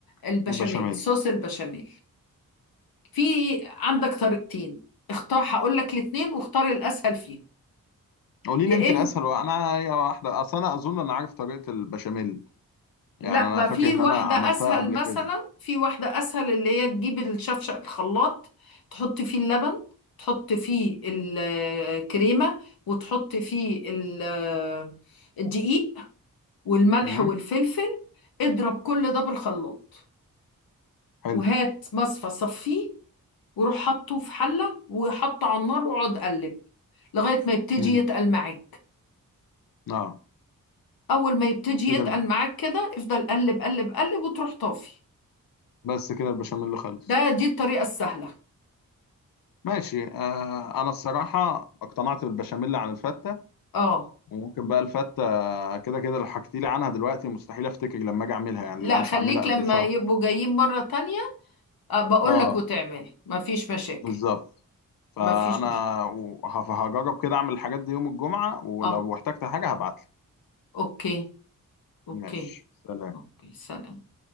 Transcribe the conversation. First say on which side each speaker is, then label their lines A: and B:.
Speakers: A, on the left (about 85°); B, on the left (about 75°).
A: البشاميل
B: البشاميل
A: صوص البشاميل في عندك طريقتين اختار هقول لك الاتنين واختار الأسهل فيهم
B: قولي
A: يا
B: لي انت
A: إما
B: الاسهل وانا يا واحده اصل انا اظن انا عارف طريقه البشاميل يعني
A: لا
B: انا
A: ما
B: فاكر
A: في
B: ان
A: واحدة
B: انا عملتها
A: أسهل
B: قبل
A: مثلا
B: كده
A: في واحدة أسهل اللي هي تجيب الشفشق الخلاط تحط فيه اللبن تحط فيه الكريمة وتحط فيه ال- الدقيق والملح
B: امم
A: والفلفل اضرب كل ده بالخلاط
B: حلو
A: وهات مصفى صفيه وروح حطه في حلة وحطه على النار واقعد قلب لغاية ما يبتدي
B: امم
A: يتقل معاك
B: اه
A: أول ما يبتدي يتقل
B: كده الب-
A: معاك كده افضل قلب قلب قلب وتروح طافي
B: بس كده البشاميل خلص
A: ده دي الطريقة السهلة
B: ماشي آه انا الصراحه اقتنعت بالبشاميل عن الفته
A: اه
B: وممكن بقى الفته كده كده لو حكيتي لي عنها دلوقتي مستحيل افتكر لما اجي اعملها يعني
A: لا
B: لأن انا مش
A: خليك
B: هعملها قبل
A: لما
B: شهر
A: يبقوا جايين مرة تانية آه، بقول
B: اه
A: لك وتعمل مفيش مشاكل
B: بالظبط فانا
A: مفيش مشكلة
B: و- هف- هجرب كده اعمل الحاجات دي يوم الجمعه ولو
A: اه
B: احتجت حاجه هبعت
A: اوكي اوكي
B: ماشي سلام
A: اوكي سلام